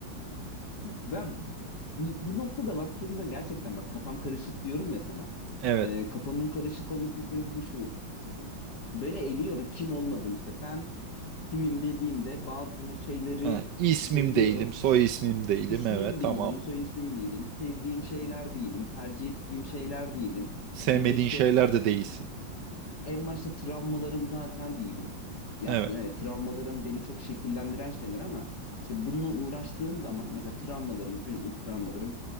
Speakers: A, on the left; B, on the right.
A: ben bu, bu noktada baktığımda gerçekten bak kafam karışık diyorum ya sana.
B: Evet.
A: Ee, kafamın karışık olmasının sebebi şu. Bu- Böyle eliyorum kim olmadım işte. Ben kimim dediğimde bazı şeyleri
B: Ha, ismim
A: söylüyorum.
B: değilim, soy ismim değilim.
A: İsmim
B: Evet, tamam.
A: değilim, soy ismim değilim, sevdiğim şeyler değilim, tercih ettiğim şeyler değilim.
B: Sevmediğin
A: Ya da işte
B: şeyler de değilsin.
A: en başta travmalarım zaten değilim. Ya
B: Evet.
A: aslında evet travmalarım beni çok şekillendiren şeyler ama işte bununla uğraştığım zaman mesela travmalarım, çocukluk travmalarım